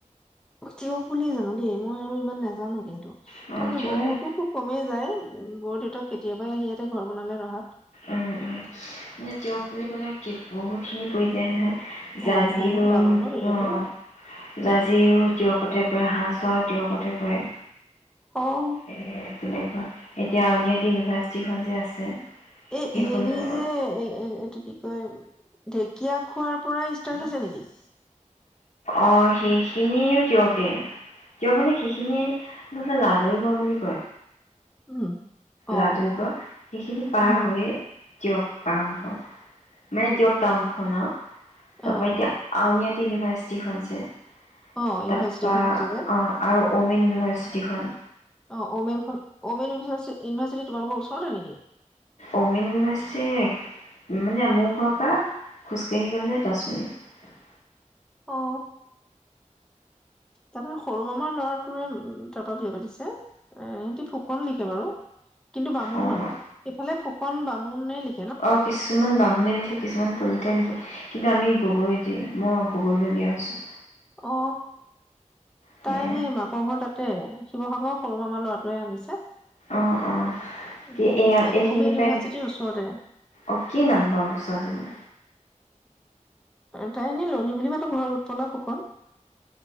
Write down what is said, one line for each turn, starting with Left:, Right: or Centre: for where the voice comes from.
Centre: টীয়ক বুলিয়ে জানো দেই মই আৰু ইমান নাজানো কিন্তু তাৰমানে
Left: বাৰু অ কিয়
Centre: বৌহঁতো খুব কমেই যায় উম বৌৰ দেউতাক কেতিয়াবাই আহি ইয়াতে ঘৰ বনালে ৰহাত
Left: উম উম মানে তেওঁয়ক বুলি কলে কি বহুত চুমি পৰি যায় নহয় জাঁজীও
Centre: অ বহুত
Left: অহ
Centre: ডাঙৰ ন এৰিয়াটো
Left: জাঁজীও টীয়কতে পৰে হাঁহত তেওঁৰ কতে পৰে
Centre: ক
Left: এ এ এ এ তেনেকুৱা এতিয়া আউনীআটী ইউনিভাৰ্ছিটি খন যে আছে
Centre: এ
Left: সেইখনো
Centre: হেৰি যে এই এই এইটো কি কয় ঢেকীয়া খোৱাৰ পৰাই ষ্টাৰ্ট হৈছে নেকি
Left: অ সেইখিনিও তেওঁ কে তেওঁৰ মানে সেইখিনিৰ কথা লাডুৰিগৰ বুলি কয়
Centre: উম অ
Left: লাডুৰিগৰ
Centre: অ
Left: সেইখিনি পাৰ
Centre: উম
Left: হৈয়ে টীয়ক আৰম্ভ মানে
Centre: উম
Left: টীয়ক টাউনখন আৰু তাৰপৰা
Centre: অ
Left: এতিয়া
Centre: অ
Left: আউনীআটী ইউনিভাৰ্ছিটি টিখম যে
Centre: অ ইউনিফাৰ্চিটখন
Left: তাৰপা
Centre: হছে যে
Left: অ' আৰু ওমেন ইউনিভাৰ্চিটিখন
Centre: অ ওমেনখন মেন ইউনিভাৰ্চিটি তোমালোকৰ ওচৰতে নেকি
Left: ওমেন ইউনিভাৰ্চিটি মানে মোৰ ঘৰৰ পৰা খোজকাাঢ়ি গ'লে দহ মিনিট
Centre: অ তাৰপ সৰু মামাৰ ল'ৰাটোৱে তাৰপৰা বি পাতিছে এ সিহতি ফুকন লিখে বাৰু কিন্তু বামুণ
Left: অ'
Centre: মানুহ সফালে ফুকন বামুণে লিখ
Left: অ কিছুমান বামুণে লিখে কিছুমান কলিতাই লিখে কিন্তু আমি গগৈদি মই গগৈলৈ বিয়া হৈছোঁ
Centre: অ
Left: সেয়া
Centre: তাই সেই মাকৰ ঘৰ তাত ত শিৱসাগৰৰ সৰু মামাৰ ল'ৰাটোৱে আনিছে
Left: অ অ
Centre: উম
Left: কি এয়া এইখিনি
Centre: অমেন
Left: প
Centre: ইউনিভাৰ্চিটিৰ ওচৰতে
Left: অ কি নাম বাৰ ছজনী
Centre: হ তাই এনে লনী বুলি মাতো ঘৰত উৎপলা ফুকন